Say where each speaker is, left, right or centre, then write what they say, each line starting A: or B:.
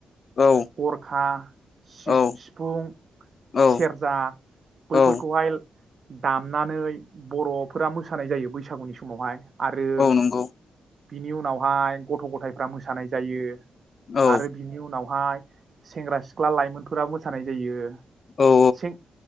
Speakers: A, on the left (about 50°); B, on the right (about 50°).
A: औ
B: थरखा सि-सिफुं
A: औ औ
B: सेरजा बैफोरखौहाय।
A: औ
B: दामनानै बरफोरा मोसानाय जायो बैसा गुनि समावहाय आरो
A: औ नंगौ।
B: बिनि उनावहाय गथ गथायफ्रा मोसानाय जायो।
A: औ
B: आरो बिनि उनाव हाय सेंग्रा सिख्ला लाइमोनफोरा मोसानाय जायो।
A: औ
B: सें